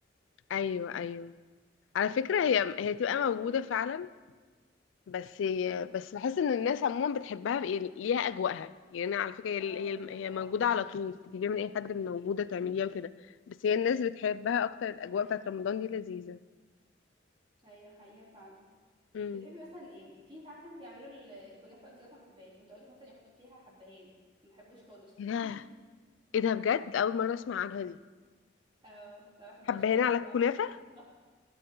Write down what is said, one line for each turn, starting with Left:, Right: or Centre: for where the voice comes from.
Left: ايوه ايوه على فكره
Right: م-
Left: هي
Right: م.
Left: هي تبقى
Right: بتحبي
Left: موجوده فعلا بس بس بحس ان الناس عموما بتحبها ب- يعني ليها اجواءها يعني انا على فكره
Right: في,
Left: هي
Right: آه
Left: هي
Right: في رمضان
Left: هي موجوده على طول تجيبيها من اي حد موجوده تعمليها
Right: م.
Left: وكده بس هي الناس بتحبها اكتر الاجواء
Right: دي حقيقة
Left: بتاعت رمضان دي لذيذه
Right: ايوه حقيقة فعلا
Left: امم
Right: بتحبي مثلا ايه في ساعات ناس بيعملوا ال- الكنافه انتي اصلا ما بتحبهاش كنت اقول لك مثلا يحطوا فيها حبهان ما بحبوش خالص
Left: ايه ده
Right: <laughs>
Left: ايه ده بجد اول مره اسمع عنها دي
Right: اه ما بحبهاش
Left: حبه
Right: خالص
Left: هنا على
Right: بصراحه
Left: الكنافه
Right: يعني أك...